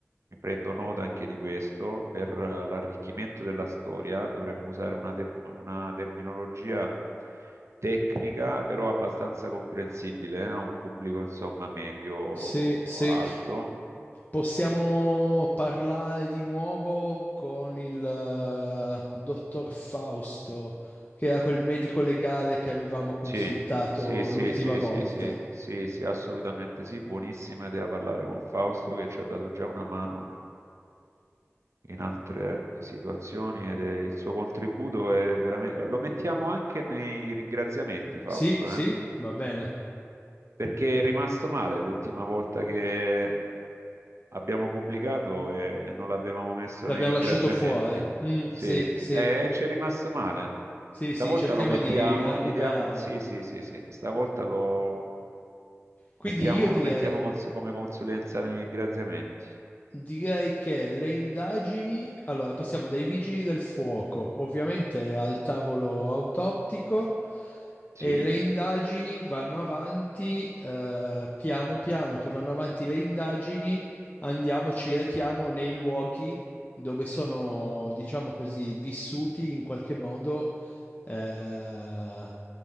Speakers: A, on the right (about 70°); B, on the left (about 35°).
A: mi prendo nota anche di questo, per eh, l'arricchimento della storia dovremmo usare una, ter- una terminologia tecnica, però abbastanza comprensibile eh, a un pubblico insomma medio-alto
B: Sì, sì. Possiamo parlare di nuovo con il eh, dottor Fausto, che era quel medico legale che avevamo consultato
A: Sì, sì, sì,
B: l'ultima
A: sì,
B: volta.
A: sì, sì, sì, sì, assolutamente sì, buonissima idea parlare con Fausto che ci ha dato già una mano in altre situazioni ed è- il suo contributo è veramente... Lo mettiamo anche nei ringraziamenti, Fausto,
B: Sì, sì,
A: eh?
B: va bene.
A: Perché è rimasto male l'ultima volta che Abbiamo pubblicato e non l'avevamo messo
B: L'abbiamo
A: nei ringraziamenti.
B: lasciato fuori. Mm,
A: Sì,
B: sì, sì,
A: e ci è rimasto male.
B: sì,
A: Stavolta
B: sì, cerchiamo
A: lo mettiamo,
B: di recuperare.
A: gli diamo... Sì, sì, sì, sì. Stavolta lo
B: Quindi
A: mettiamo,
B: io direi
A: lo mettiamo cons- come consulenza nei ringraziamenti.
B: Direi che le indagini, allora passiamo dai vigili del fuoco, ovviamente al tavolo autoptico
A: Sì,
B: e le indagini vanno avanti, eh, piano piano che vanno avanti le indagini, andiamo, ci rechiamo nei luoghi dove sono, diciamo così, vissuti in qualche modo, eh,